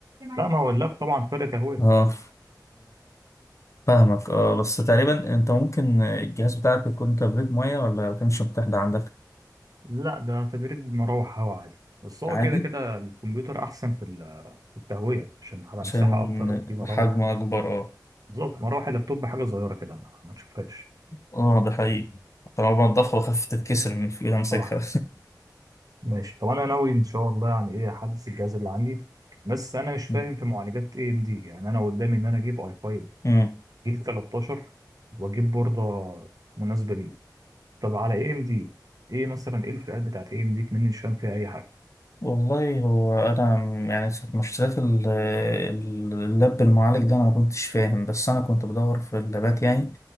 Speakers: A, on the right; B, on the left.
A: لا ما هو اللاب طبعا فرق تهويه
B: <laughs> اه فاهمك اه بس تقريبا انت ممكن الجهاز بتاعك يكون تبريد ميه ولا ما كانش متاح ده عندك
A: لا ده تبريد مراوح هوا عادي بس هو
B: عادي
A: كده كده الكمبيوتر احسن في ال- في التهويه عشان على
B: عشان
A: مساحه اكتر وفي مراوح
B: حجمه اكبر اه
A: بالظبط مراوح اللابتوب حاجه صغيره كده ما ما تشوفهاش
B: اه ده حقيقي طالما بنضفها وخفت تتكسر من في ايد امسكها
A: اه ماشي طب انا ناوي ان شاء الله يعني ايه احدث الجهاز اللي عندي بس انا مش فاهم
B: <laughs>
A: في معالجات اي ام دي يعني انا قدامي ان انا اجيب اي 5
B: أمم.
A: جيل 13 واجيب بورده مناسبه ليه طب على اي ام دي ايه مثلا ايه الفئات بتاعت اي ام دي مني مش فاهم فيها اي حاجه
B: والله هو أنا م- يعني ساعة ما اشتريت ال- ال- اللاب المعالج ده أنا ما كنتش فاهم بس أنا كنت بدور في اللابات يعني